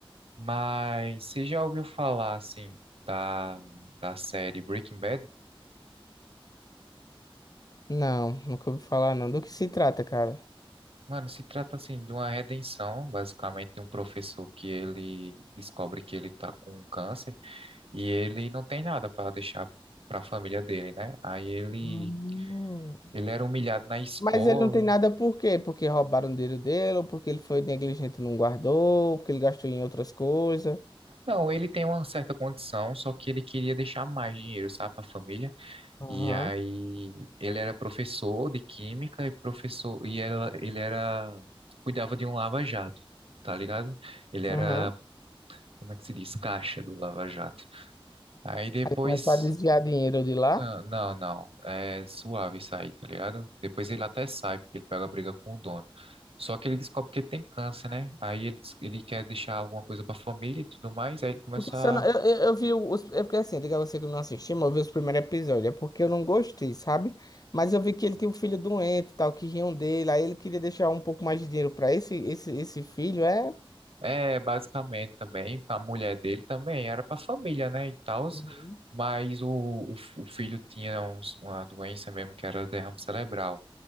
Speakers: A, on the right; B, on the left.
A: Mas você já ouviu falar, assim, da, da série Breaking Bad?
B: Não, nunca ouvi falar não. Do que se trata, cara?
A: Mano, se trata, assim, de uma redenção, basicamente, de um professor que ele descobre que ele tá com câncer e ele não tem nada para deixar para a família dele, né? Aí ele,
B: Hum.
A: ele era humilhado na escola.
B: Mas ele não tem nada por quê? Porque roubaram o dinheiro dele, ou porque ele foi negligente e não guardou, ou porque ele gastou em outras coisas.
A: Não, ele tem uma certa condição, só que ele queria deixar mais dinheiro, sabe, para a família.
B: Aham,
A: E aí ele era professor de química e professor e ela, ele era cuidava de um lava-jato, tá ligado? Ele era,
B: aham.
A: como é que se diz, caixa do lava-jato. Aí depois
B: Aí começou a desviar dinheiro de lá.
A: ah, Não, não, é suave sair, tá ligado? Depois ele até sai, porque ele pega a briga com o dono. Só que ele descobre que ele tem câncer, né? Aí ele, ele quer deixar alguma coisa pra família e tudo mais, aí ele começa
B: Porque se
A: a
B: eu, não, eu, eu, eu vi os. É porque assim, eu digo a você que eu não assisti, mas eu vi os primeiros episódios. É porque eu não gostei, sabe? Mas eu vi que ele tinha um filho doente e tal, que riam dele. Aí ele queria deixar um pouco mais de dinheiro pra esse, esse, esse filho, é?
A: É, basicamente também, a mulher dele também era para família, né, e tal,
B: Uhum.
A: mas o, o, f- o filho tinha uns- uma doença mesmo que era derrame cerebral.